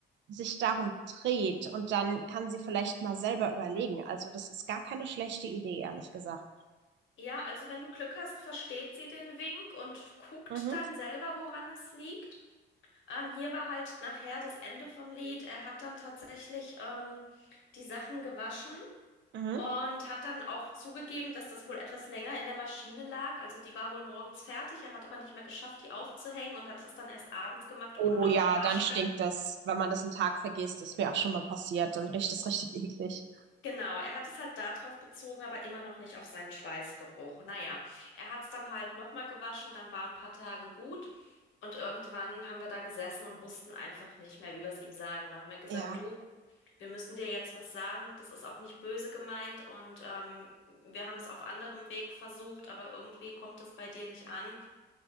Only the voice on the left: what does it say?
ja, also wenn du Glück hast, versteht sie den Wink und guckt
dann selber, woran es liegt. Ähm, hier war halt nachher das Ende vom Lied. Er hat dann tatsächlich ähm, die Sachen gewaschen.
Und hat dann auch zugegeben, dass das wohl etwas länger in der Maschine lag. Also die war wohl morgens fertig. Er hat aber nicht mehr geschafft, die aufzuhängen und hat das dann erst abends gemacht,
ohne nochmal
einen Waschgang.
Genau, er hat es halt darauf bezogen, aber immer noch nicht auf seinen Schweißgeruch. Naja, er hat es dann halt nochmal gewaschen, dann waren ein paar Tage gut. Und irgendwann haben wir da gesessen und wussten einfach nicht mehr, wie wir es ihm sagen. Und dann haben wir gesagt,
du. wir müssen dir jetzt was sagen. Das ist auch nicht böse gemeint und ähm, wir haben es auf anderem Weg versucht, aber irgendwie kommt es bei dir nicht an.